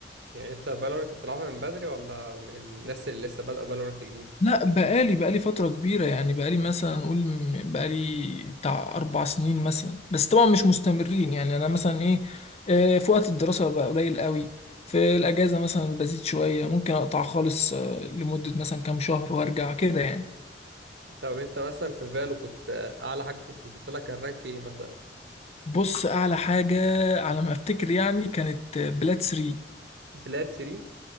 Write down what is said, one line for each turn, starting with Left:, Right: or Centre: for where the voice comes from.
Right: يعني انت فالورنت بتلعبها من بدري ولا من الناس اللي لسه بادئة فالورنت جديد
Left: لا بقالي بقالي فترة كبيرة يعني بقالي مثلا نقول م- بقالي بتاع أربع سنين مثلا بس طبعا مش مستمرين يعني أنا مثلا إيه آه، في وقت الدراسة بقى قليل قوي في الأجازة مثلا بزيد شوية ممكن أقطع خالص آه، لمدة مثلا كام شهر وأرجع كده يعني
Right: طب انت مثلا في فالو كنت آه، اعلى حاجة كنت وصلت لها كان رانك ايه مثلا
Left: بص أعلى حاجة على ما أفتكر يعني كانت بلاد 3
Right: بلاد 3